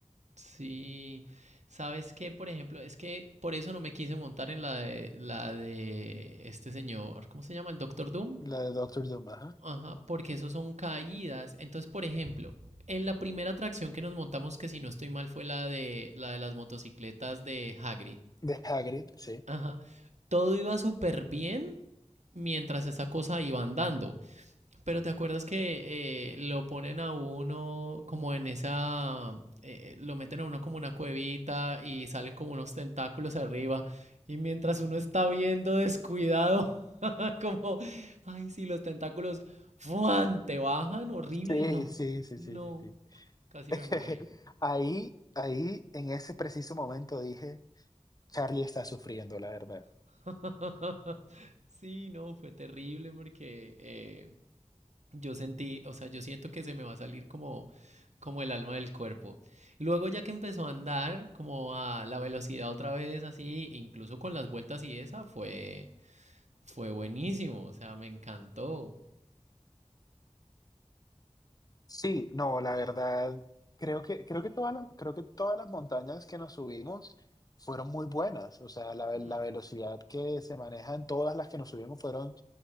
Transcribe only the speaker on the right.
Sí, ¿sabes qué? Por ejemplo, es que por eso no me quise montar en la de, la de este señor, ¿cómo se llama? El Doctor Doom.
Ajá, porque eso son caídas. Entonces, por ejemplo, en la primera atracción que nos montamos, que si no estoy mal, fue la de, la de las motocicletas de Hagrid.
Ajá, todo iba súper bien mientras esa cosa iba andando. Pero te acuerdas que eh, lo ponen a uno como en esa, eh, lo meten a uno como una cuevita y salen como unos tentáculos arriba y mientras uno está viendo descuidado, <laughs> como, ay, si los tentáculos, ¡fuan! te bajan, horrible,
no,
no,
casi
me muero ahí.
<laughs> Sí, no, fue terrible porque eh, Yo sentí, o sea, yo siento que se me va a salir como, como el alma del cuerpo. Luego ya que empezó a andar como a la velocidad otra vez, así, incluso con las vueltas y esa, fue, fue buenísimo, o sea, me encantó.
Mm,